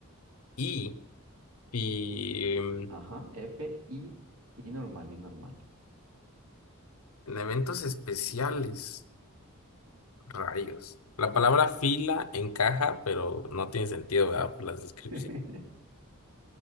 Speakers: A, on the left; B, on the right.
A: Y, y mm,
B: Ajá, F, I y normal, y normal.
A: en eventos especiales, rayos. La palabra fila encaja, pero no tiene sentido, ¿verdad? Por las descripciones.
B: <laughs>